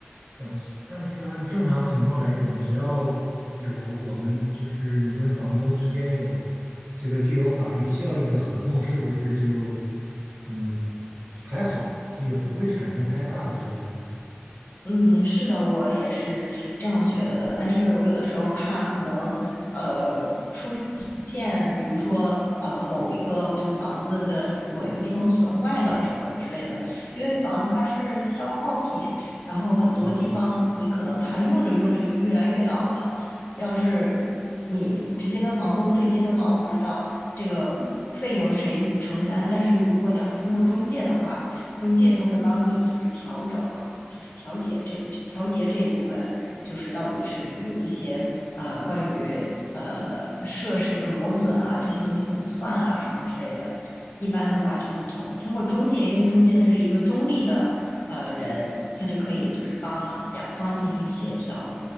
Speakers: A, on the right; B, on the left.
A: 但是但是按正常情况来讲，只要有我们就是你跟房东之间有这个具有法律效益的合同，是不是就嗯还好，就也不会产生太大的纠纷
B: 嗯，是的，我也是这样觉得的。但是我有的时候怕可能，呃，出现比如说呃某一个就是房子的某一个地方损坏了什么之类的，因为房子它是消耗品，然后很多地方你可能它用着用着就越来越老了。
A: 嗯。
B: 要是你直接跟房东对接的话，我不知道这个费用谁承担。但是如果你要是通过中介的话，中介他会帮你就是调整。就是调解这这调节这一部分，就是到底是比如一些呃关于呃设施的磨损啊这些东西怎么算啊什么之类的。一般的话，就是你通通过中介，因为中介他是一个中立的呃人，他就可以就是帮两方进行协调。